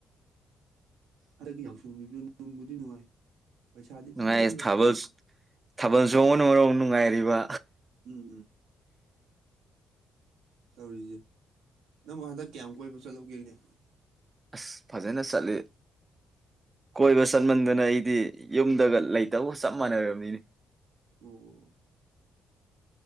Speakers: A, on the right; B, on the right.
A: ꯍꯟꯗꯛꯀꯤ ꯌꯥꯎꯁꯡ ꯗꯁꯨ ꯅꯨꯡꯕꯨꯗꯤ ꯅꯨꯡꯉꯥꯏ ꯄꯩꯁꯥꯗꯤ
B: ꯅꯨꯉꯥꯏꯌꯦ
A: ꯐꯖꯅ ꯂꯣꯏ
B: ꯊꯕꯜꯁ ꯊꯕꯜꯆꯣꯡꯕꯅ ꯃꯔꯣꯝ ꯅꯨꯡ ꯉꯥꯏꯔꯤꯕ
A: ꯎꯝ ꯇꯧꯔꯤꯖꯦ ꯅꯪꯕꯨ ꯍꯟꯗꯛ ꯀꯌꯥꯝ ꯀꯣꯏꯕ ꯆꯠꯂꯧꯒꯦꯅꯦ
B: ꯑꯁ ꯐꯖꯅ ꯆꯠꯂꯤ ꯀꯣꯏꯕ ꯆꯠꯃꯟꯗꯅ ꯑꯩꯗꯤ ꯌꯨꯝꯗꯒ ꯂꯩꯇꯕꯒ ꯆꯞ ꯃꯥꯟꯅꯔꯕꯅꯤꯅꯦ
A: ꯑꯣ